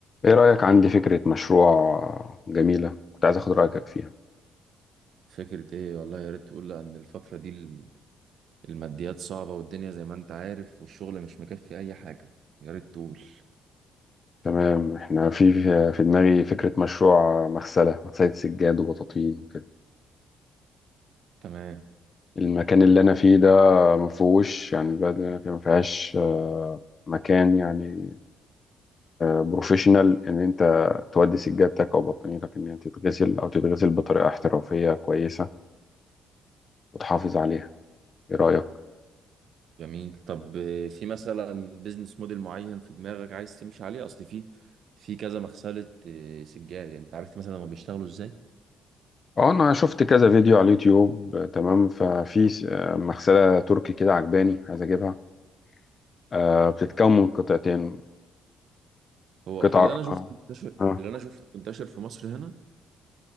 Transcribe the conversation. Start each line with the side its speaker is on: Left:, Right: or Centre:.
Left: ايه رأيك عندي فكرة مشروع جميلة كنت عايز اخد رأيك فيها
Right: فكرة ايه والله يا ريت تقول ان الفترة دي ال- الماديات صعبة والدنيا زي ما انت عارف والشغل مش مكفي اي حاجة يا ريت تقول
Left: تمام احنا في في دماغي فكرة مشروع مغسلة مغسلة سجاد وبطاطين وكده
Right: تمام
Left: المكان اللي انا فيه ده مفهوش يعني البلد اللي انا فيها مفيهاش آه، مكان يعني بروفيشنال ان انت تودي سجادتك او بطانيتك ان هي تتغسل او تتغسل بطريقة احترافية كويسة وتحافظ عليها ايه رأيك
Right: جميل طب آه، في مثلا بيزنس موديل معين في دماغك عايز تمشي عليه اصل في في كذا مغسلة آه، سجاد يعني انت عرفت مثلا هما بيشتغلوا ازاي
Left: اه انا شفت كذا فيديو على اليوتيوب آه، تمام ففي آه، مغسلة تركي كده عجباني عايز اجيبها آه بتتكون من قطعتين
Right: هو
Left: قطعة
Right: اللي انا شفته
Left: اه
Right: منتشر
Left: اه
Right: اللي انا شفته منتشر في مصر هنا